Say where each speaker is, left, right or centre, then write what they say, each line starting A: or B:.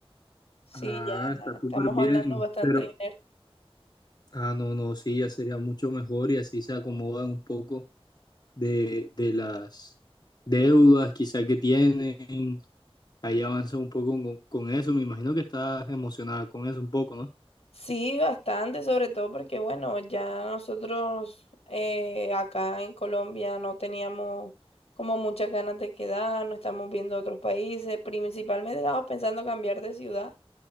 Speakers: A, on the left (about 80°); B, on the left (about 45°).
A: Sí,
B: Ah,
A: ya
B: está súper
A: estamos
B: bien.
A: hablando bastante
B: Pero,
A: dinero.
B: ah, no, no, sí, ya sería mucho mejor y así se acomodan un poco de, de las deudas quizá que tienen. Ahí avanza un poco con, con eso. Me imagino que estás emocionada con eso un poco, ¿no?
A: Sí, bastante, sobre todo porque, bueno, ya nosotros eh, acá en Colombia no teníamos como muchas ganas de quedarnos, estamos viendo otros países, principalmente estábamos pensando cambiar de ciudad,